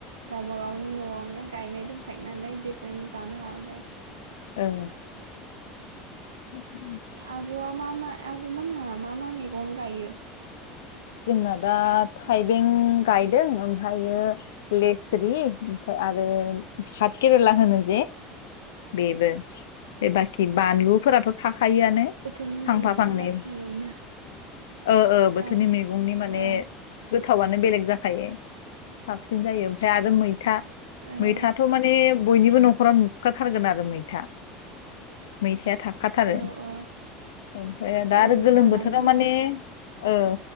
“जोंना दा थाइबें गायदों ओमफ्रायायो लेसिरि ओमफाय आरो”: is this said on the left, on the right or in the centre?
Left